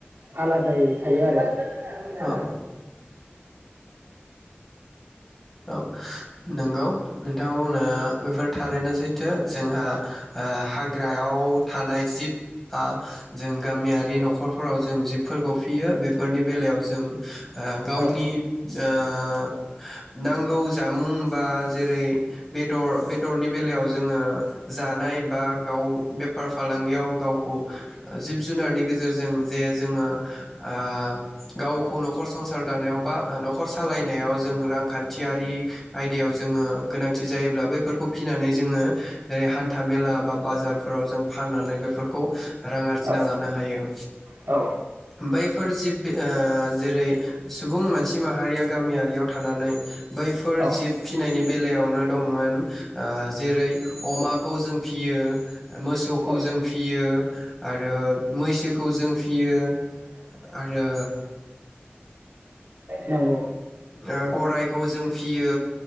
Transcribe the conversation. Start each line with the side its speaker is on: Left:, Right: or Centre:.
Right: आलादायै थायो आरो <unintelligible> <unintelligible>
Centre: औ औ औ नोंगौ नोंथां बुंना बेफोर थारैनो सैथो। जोंहा ओ हाग्रायाव थानाय जिब बा जों गामियारि न'खरफोराव जों जिबफोरखौ फियो बेफोरनि बेलायाव जों ओ गावनि
Right: औ
Centre: ओ नांगौ जामुं बा जेरै बेदर बेदरनि बेलायाव जोङो जानाय बा गाव बेफार फालांगियाव गावखौ जिब जुनारनि गेजेरजों जे जोङो ओ गावखौ न'खर संसार दानायाव बा न'खर सालायनायाव जों रांखान्थि थियारि आयदायाव जोङो गोनांथि जायोब्ला बैफोरखौ फिनानै जोङो जेरै हान्था मेला बा बाजारफोराव जों फाननानै बेफोरखौ रां आरजिना
Right: औ
Centre: लानो हायो।
Right: औ।
Centre: बैफोर जिब ओ जेरै सुबुं मानसि माहारिया गामियारियाव थानानै बैफोर
Right: औ औ
Centre: जिब फिनायनि बेलायावनो दंमोन ओ जेरै अमाखौ जों फियो मोसौखौ
Right: औ
Centre: जों फियो आरो मैसोखौ जों फियो आरो
Right: नंगौ
Centre: ओ गराइखौ जों फियो